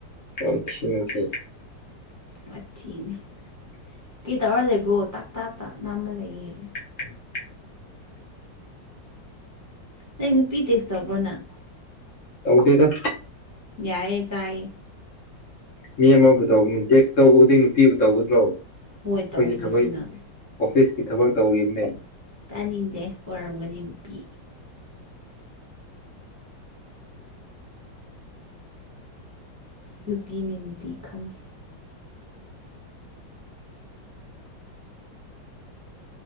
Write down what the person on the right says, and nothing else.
ꯋꯥꯊꯤꯅꯦ ꯀꯤ ꯇꯧꯔ ꯂꯩꯕ꯭ꯔꯣ ꯇꯥꯛ ꯇꯥꯛ ꯇꯥꯛ ꯅꯥꯝꯃ ꯂꯩꯌꯦ
ꯅꯩ ꯅꯨꯄꯤ ꯇꯦꯛꯁ ꯇꯧꯕ꯭ꯔꯣ ꯅꯪ
ꯌꯥꯔꯦ ꯇꯥꯏ
ꯍꯣꯏ ꯇꯧꯋꯤꯗꯨꯗꯤ
ꯅꯪ
ꯇꯥꯅꯤꯡꯗꯦ ꯑꯣꯔꯝꯒꯅꯤ ꯅꯨꯄꯤ ꯅꯨꯄꯤꯅꯦ ꯅꯨꯄꯤ ꯈꯪꯉꯤ